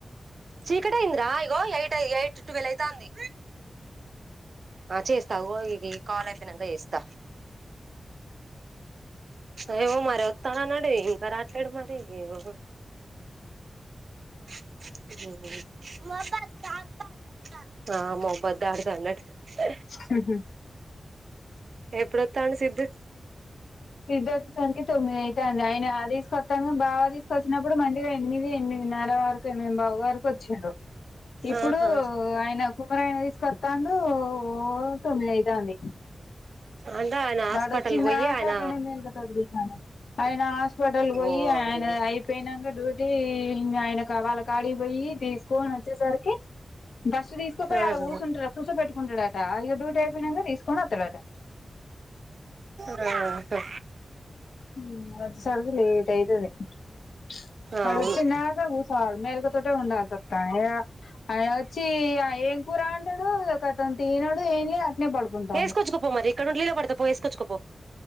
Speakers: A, on the right; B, on the left.
A: చీకటయింది రా ఇగో ఎయిట్ ట్వల్ అయితంది ఆ చేస్తా ఇ కాల్ అయిపోయినంకా చేస్తా ఏమో మరి వస్తాన అని అన్నాడు ఇంకా రాట్లేడు మరి మ్మ్ మ్మ్ హ్ ఆ కబడ్డీ ఆడుతాండు
B: మ్మ్ హ్హ్
A: ఎప్పుడోత్తండు సిద్దు
B: సిద్ధు వచ్చేసరికి తొమ్మిది అయితంది ఆయన తీసుకొత్తంగా బాగా తీసుకొచ్చినప్పుడు మంచి ఎనిమిది ఎనిమిది నర వరకు ఎనిమిది బావువరకు వచ్చిండు ఇప్పుడు
A: ఆహా
B: ఆయన కుమ్మరైనా తీసుకొస్తాండు ఓ తొమ్మిదియితంది
A: అంటే ఆయన హాస్పిటల్
B: వాడు వచ్చిందాకట్లనే
A: పోయి ఆయన
B: మేలిక తోటి కుసొవాలె ఆయన హాస్పిటల్కి పోయి
A: ఓర్ని
B: ఆయన అయి పోయినంక డ్యూటీ ఆయన వాళ్ళ కాడి పోయి తీసుకని వచ్చేసరికి బస్సు తీసుకుపోయి
A: ఆహా
B: అలా కూసుండి కుసోపెట్టుకుంటడాటా ఇగ డ్యూటి అయిపోయినంకా తీసు కోస్తాడంట
A: మ్మ్ హ్
B: మేమ్ వచ్చేసరికి లేట్ అయితది ప్చ్ వాడు
A: అవును
B: వచ్చిదాంక కుసోవాలి మేలుకతోటి ఉండల్సి వత్తంది వాడు వచ్చి ఏం కూర అంటాడు ఒక అతను తినడు ఏం లేదు అట్లనే పడుకుంటాడు
A: వేసుకొచ్చుకోపో మరి ఇక్కడ నుండి లీల పడితే పో వేసుకోచ్చుకో పో